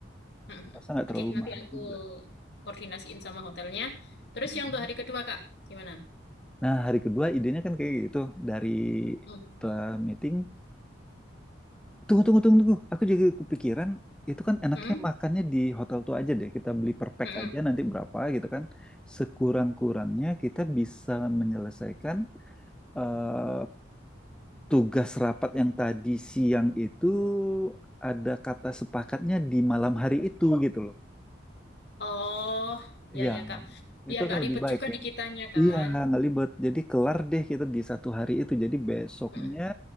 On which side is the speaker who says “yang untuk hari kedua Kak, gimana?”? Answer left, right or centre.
Left